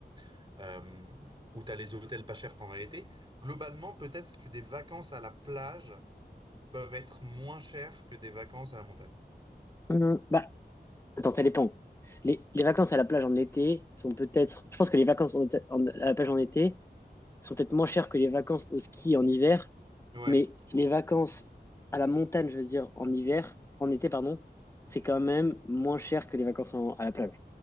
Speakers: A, on the right; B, on the left.
A: euh, où tu as les hôtels pas chers pendant l'été. Globalement, peut-être que des vacances à la plage peuvent être moins chères que des vacances à la montagne.
B: Hum, bah, attends, ça dépend. Les, les vacances à la plage en été sont peut-être. Je pense que les vacances en été- en- à la plage en été sont peut-être moins chères que les vacances au ski en hiver,
A: Ouais,
B: mais les vacances à la montagne, je veux dire, en hiver, en été, pardon, c'est quand même moins cher que les vacances en- à la plage.